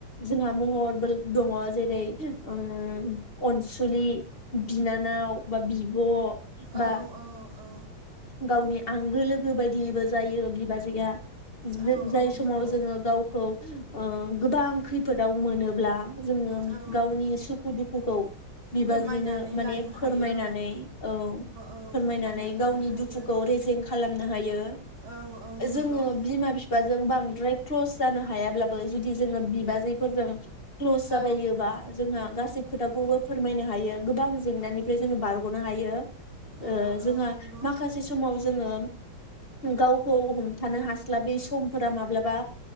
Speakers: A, on the left; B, on the right.
A: जोंहा महरबो दङ जेरै ओ अनसुलि बिनानाव बा बिब बा
B: औ औ
A: गावनि आंगो लोगो बायदिबो जायो बिबाजैया
B: औ
A: जाय
B: औ
A: समाव
B: नंगौ
A: जोङो गावखौ ओं गोबां खैफोदाव मोनोब्ला जोङो
B: औ
A: गावनि सुखु दुखु नंगौ बिबाजैनो
B: फोरमायनानै
A: माने
B: लानो
A: फोरमायनानै
B: हायो
A: औ
B: औ
A: फोरमायनानै
B: फोरमायना लानो
A: गावनि
B: हायो
A: दुखुखौ रेजें खालाम खालामनो हायो
B: औ औ नंगौ
A: जोङो बिमा फिफाजों बां द्राय क्लस जानो हायाब्लाबो जुदि जोङो बिबाजैफोरजों क्लस
B: औ
A: जाबायोबा जोंहा गासै खोथाखौबो फोरमायनो हायो गोबां जेंनानिफ्राय
B: उम
A: जोङो बारगनो हायो
B: औ
A: ओ जोंहा
B: औ नंगौ
A: माखासे समाव जोङो गावखौ हमथानो हास्लाबै समफोरा माब्लाबा